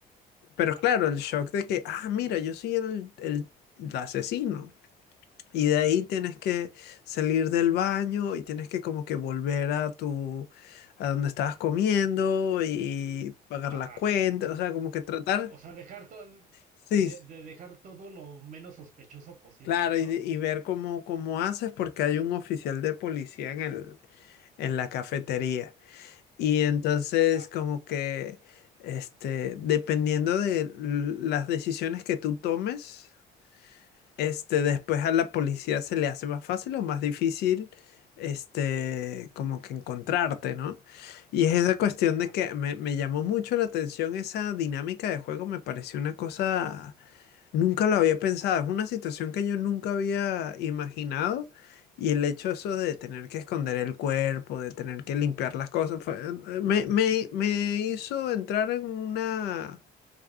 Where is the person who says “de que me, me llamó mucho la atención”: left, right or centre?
Left